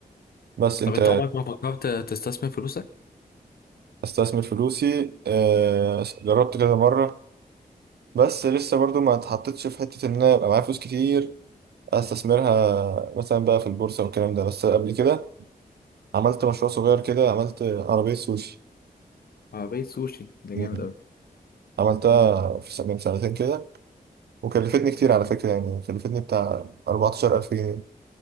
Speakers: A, on the right (about 80°); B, on the left (about 70°).
A: بس أنت
B: طب انت عمرك ما فكرت تستثمر فلوسك؟
A: استثمر فلوسي آه، جربت كذا مرة بس لسه برضو ما اتحطتش في حتة إن أنا يبقى معايا فلوس كتير استثمرها مثلا بقى في البورصه والكلام ده بس قبل كده عملت مشروع صغير كده عملت عربيه سوشي
B: عربية سوشي ده
A: مم.
B: جامد أوي
A: عملتها في سنة من سنتين كده وكلفتني كتير على فكره يعني كلفتني بتاع 14000 جنيه